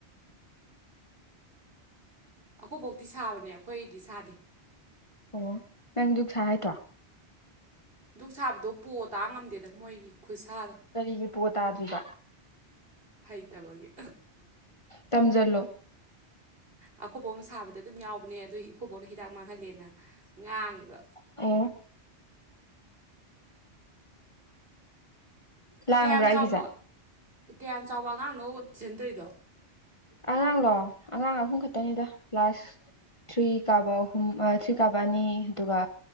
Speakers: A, on the right (about 55°); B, on the left (about 30°).
A: ꯑꯈꯣꯏꯕꯣꯛꯇꯤ ꯁꯥꯕꯅꯦ ꯑꯩꯈꯣꯏꯗꯤ ꯁꯥꯗꯦ
B: ꯑꯣ ꯅꯪꯗꯨ ꯁꯥ ꯍꯥꯏꯇ꯭ꯔꯣ
A: ꯙꯗꯨꯛ ꯁꯥꯕꯗꯣ ꯄꯣ ꯇꯥ ꯉꯝꯗꯦꯗ ꯃꯣꯏꯒꯤ ꯈꯨꯠꯁꯥꯗꯣ
B: ꯀꯔꯤꯒꯤ ꯄꯣ ꯇꯥꯗ꯭ꯔꯤꯗ
A: ꯍꯩꯇꯕꯒꯤ
B: ꯇꯝꯖꯜꯂꯣ
A: ꯑꯩꯈꯣꯏꯕꯣꯡꯅ ꯁꯥꯕꯗ ꯑꯗꯨꯝ ꯌꯥꯎꯕꯅꯦ ꯑꯗꯨ ꯏꯈꯨꯕꯧꯅ ꯍꯤꯗꯥꯛ ꯃꯥꯡꯍꯜꯂꯦꯅ ꯉꯥꯡꯉꯤꯕ
B: ꯑꫭ ꯂꯥꯡꯕ꯭ꯔꯥ
A: ꯀꯌꯥꯝ
B: ꯑꯩꯒꯤꯁꯦ
A: ꯆꯥꯎꯕ ꯀꯌꯥꯝ ꯆꯥꯎꯕ ꯑꯉꯥꯡꯅꯣ ꯁꯦꯟꯇꯔꯤꯗꯣ
B: ꯑꯉꯥꯡꯂꯣ ꯑꯉꯥꯡ ꯑꯍꯨꯝ ꯈꯛꯇꯅꯤꯗ ꯀ꯭ꯂꯥꯁ ꯊ꯭ꯔꯤ ꯀꯥꯕ ꯑꯍꯨꯝ ꯊ꯭ꯔꯤ ꯀꯥꯕ ꯑꯅꯤ ꯑꯗꯨꯒ